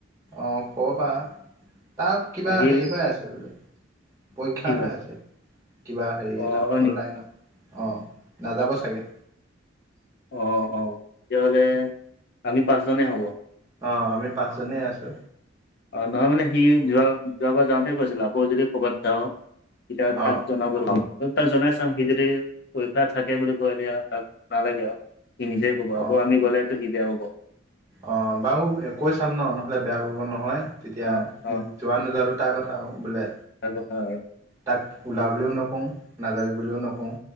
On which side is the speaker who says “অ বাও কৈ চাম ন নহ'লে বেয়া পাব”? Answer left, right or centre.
Right